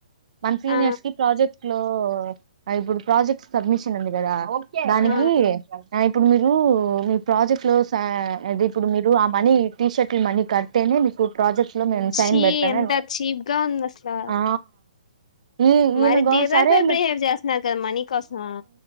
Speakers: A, on the right; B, on the left.
A: మంత్లీనియర్స్
B: ఆ
A: కి ప్రాజెక్ట్ లో ఆ ఇప్పుడు ప్రాజెక్ట్ సబ్మిషన్ ఉంది కదా దానికి
B: ఆ
A: ఇప్పుడు మీరు రూ ప్రాజెక్ట్ లో అది ఇప్పుడు మీరు మనీ టీషర్ట్లు మనీ కడితేనే మీకు ప్రాజెక్ట్ మెంట్లో మ్యామ్ సైన్
B: చీ
A: బెడతనా
B: ఎంత
A: ఏంద్
B: చీప్ గా ఉంది అసలు
A: ఆ ఈ ఈయనగో
B: మరి దిగ్
A: సరేలే
B: జారిపై బిహేవ్ చేస్తున్నారు కదా మనీ కోసం